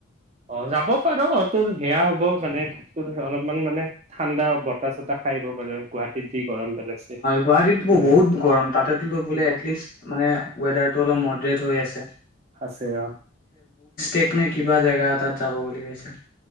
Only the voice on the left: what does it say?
গুৱাহাটী
বহুত গৰম তাতে বো
এিষ্ট মানে ৱেডাৰ অলপ মডৰেট হৈ আছে
টেকনে কিবা জেগা এ তাত যাব বুলি কৈছে